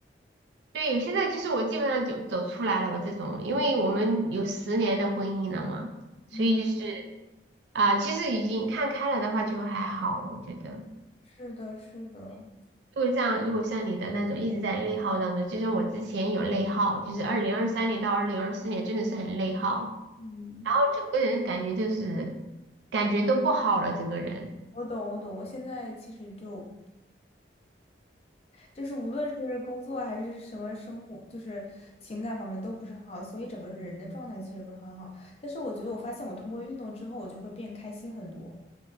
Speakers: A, on the right; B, on the left.
A: 对，现在就是我基本上就走出来了，我这种，因为我们有十年的婚姻了嘛，所以就是
B: 嗯，
A: 啊、其实已经看开了的话就还好，我觉得。
B: 是的，是的，
A: 如果像如果像你的那种一直在内耗当中，就像我之前有内耗，就是二零二三年到二零二四年真的是很内耗，
B: 嗯，
A: 然后整个人感觉就是感觉都不好了，整个人。
B: 我懂，我懂。我现在其实就就是无论是工作还是什么生活，就是情感方面都不是很好，所以整个人的状态其实不是很好。但是我觉得我发现我通过运动之后，我就会变开心很多。